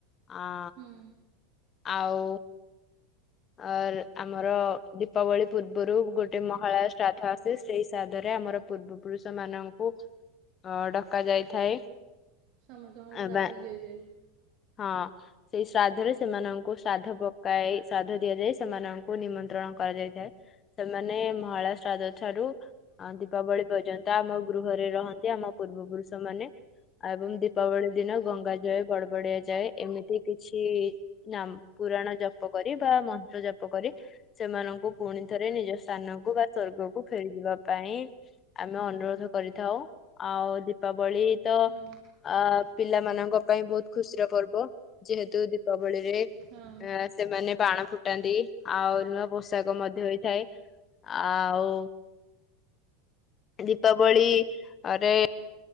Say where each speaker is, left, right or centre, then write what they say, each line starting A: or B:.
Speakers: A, on the left; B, on the right.
A: ଆ
B: ହୁଁ
A: ଆଉ ଅର୍ ଆମର ଦୀପାବଳି ପୂର୍ବରୁ ଗୋଟେ ମହଳା ଶ୍ରାଦ୍ଧ ଆସେ ସେଇ ଶ୍ରାଦ୍ଧରେ ଆମର ପୂର୍ବ ପୁରୁଷ ମାନଙ୍କୁ ଅ ଡକା ଯାଇଥାଏ
B: ସମସ୍ତଙ୍କୁ
A: ଆ
B: ଶ୍ରାଦ୍ଧ
A: ବା
B: ଦିଆଯାଏ।
A: ହଁ ସେଇ ଶ୍ରାଦ୍ଧ ରେ ସେମାନଙ୍କୁ ଶ୍ରାଦ୍ଧ ପକାଇ ଶ୍ରାଦ୍ଧ ଦିଆଯାଇ ସେମାନଙ୍କୁ ନିମନ୍ତ୍ରଣ କରାଯାଇଥାଏ। ସେମାନେ ମହାଳୟା ଶ୍ରାଦ ଠାରୁ ଆ ଦୀପାବଳି ପର୍ଯ୍ୟନ୍ତ ଆମ ଗୃହରେ ରହନ୍ତି ଆମ ପୂର୍ବ ପୁରୁଷ ମାନେ ଆଉ ଏବଂ ଦୀପାବଳି ଦିନ ଗଙ୍ଗା ଜଳ ବଡ ବଡିଆାଇଛି ଯାଏ ଏମିତି କିଛି ନାମ ପୁରାଣ ଜପ କରି ବା ମନ୍ତ୍ର ଜପ କରି ସେମାନଙ୍କୁ ପୁଣି ଥରେ ନିଜ ସ୍ଥାନକୁ ବା ସ୍ଵର୍ଗକୁ ଫେରିଯିବା ପାଇଁ ଆମେ ଅନୁରୋଧ କରିଥାଉ ଆଉ ଦୀପାବଳି ତ
B: ହୁଁ
A: ଅ ପିଲାମାନଙ୍କ ପାଇଁ ବହୁତ ଖୁସିର ପର୍ବ ଯେହେତୁ ଦୀପାବଳିରେ ଆ
B: ହଁ
A: ସେମାନେ ବାଣ ଫୁଟାନ୍ତି ଆଉ ନୂଆ ପୋଷାକ ମଧ୍ୟ ହେଇଥାଏ। ଆଉ ଦୀପାବଳି ରେ